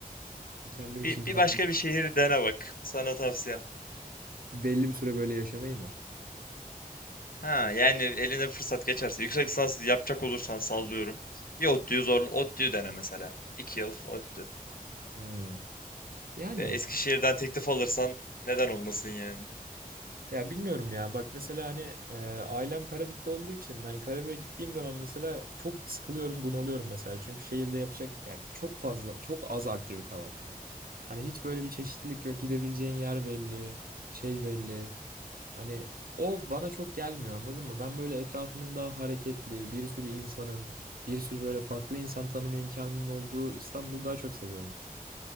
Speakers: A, on the right; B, on the left.
A: Kendim için
B: Bir, bir
A: yaptım.
B: başka bir şehir dene bak. Sana tavsiyem.
A: Belli bir süre böyle yaşamayı mı?
B: Ha yani eline fırsat geçerse. Yüksek lisans yapacak olursan sallıyorum. Bir ODTÜ'yü zorla. ODTÜ'yü dene mesela. İki yıl ODTÜ.
A: Ha. Yani
B: Ve Eskişehir'den teklif alırsan neden olmasın yani.
A: ya bilmiyorum ya. Bak mesela hani e, ailem Karabük'te olduğu için hani Karabük'e gittiğim zaman mesela çok sıkılıyorum, bunalıyorum mesela. Çünkü şehirde yapacak yani çok fazla, çok az aktivite var. Hani hiç böyle bir çeşitlilik yok. Gidebileceğin yer belli, şey belli. Hani o bana çok gelmiyor anladın mı? Ben böyle etrafımın daha hareketli, bir sürü insanın, bir sürü böyle farklı insan tanıma imkanının olduğu İstanbul'u daha çok seviyorum.